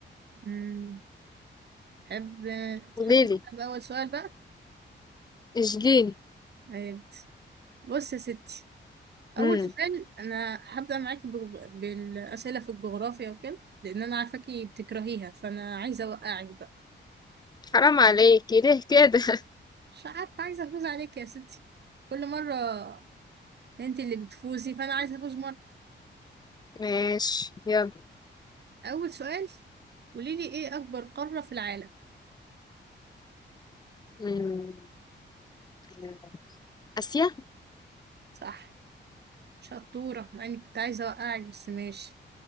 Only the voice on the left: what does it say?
قوليلي
اشجيني
امم
حرام عليكي ليه كده <laughs>
ماشي يلا
امم آه، اسيا